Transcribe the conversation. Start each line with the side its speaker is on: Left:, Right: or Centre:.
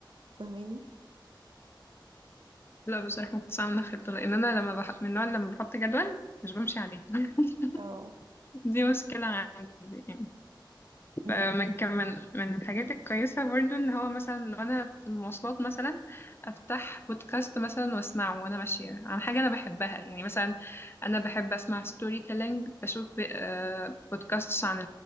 Right: فاهماني
Left: لا بصراحة ما كنتش عاملة خطة لأن أنا لما بح... من النوع اللي لما بحط جدول مش بمشي عليه <laughs>
Right: او
Left: دي مشكلة عندي يعني
Right: امم
Left: فمن كم من من الحاجات الكويسة برضو إن هو مثلا وأنا في المواصلات مثلا أفتح بودكاست مثلا وأسمعه وأنا ماشية عن حاجة أنا بحبها يعني مثلا أنا بحب أسمع ستوري تيلينج بشوف ب... آه، بودكاsts عن